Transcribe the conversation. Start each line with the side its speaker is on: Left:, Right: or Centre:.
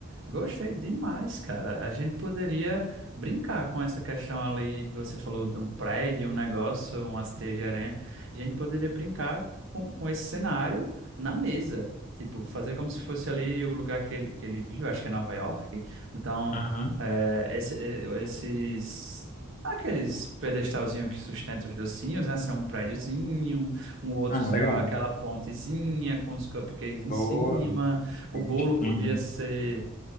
Right: Gostei demais, cara. A gente poderia brincar com essa questão ali que você falou de um prédio, um negócio, um hasteio de aranha. A gente poderia brincar com, com esse cenário na mesa. Tipo, fazer como se fosse ali o lugar que ele, que ele vive, eu acho que é Nova York. Então,
Left: Uhum.
Right: é, esse- é, esses. Aqueles pedestalzinhos que sustentam os docinhos, né? São um prédiozinho, um outro,
Left: Ah,
Right: sei
Left: legal.
Right: lá, aquela pontezinha com os cupcakes em
Left: Boa.
Right: cima. O
Left: Ótimo.
Right: bolo podia
Left: Uhum.
Right: ser